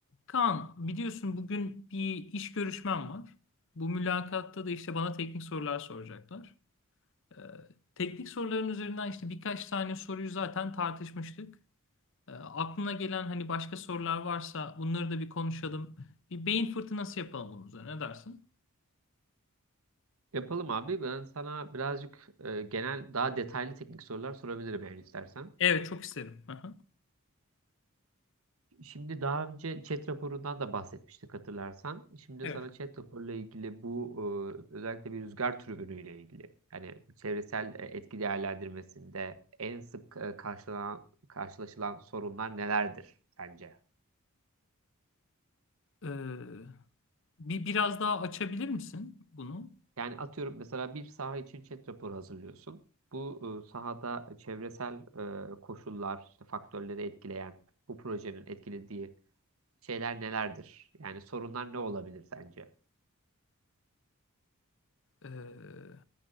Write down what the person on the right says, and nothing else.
Yapalım abi. Ben sana birazcık e, genel daha detaylı teknik sorular sorabilirim eğer istersen.
Şimdi daha önce chat raporundan da bahsetmiştik hatırlarsan. Şimdi
sana chat raporuyla ilgili bu e, özellikle bir rüzgar türbünüyle ilgili yani çevresel e, etki değerlendirmesinde en sık e, karşılanan karşılaşılan sorunlar nelerdir sence?
Yani atıyorum mesela bir saha için chat raporu hazırlıyorsun. Bu e, sahada çevresel e, koşullar, işte faktörleri etkileyen bu projenin etkilediği şeyler nelerdir? Yani sorunlar ne olabilir sence?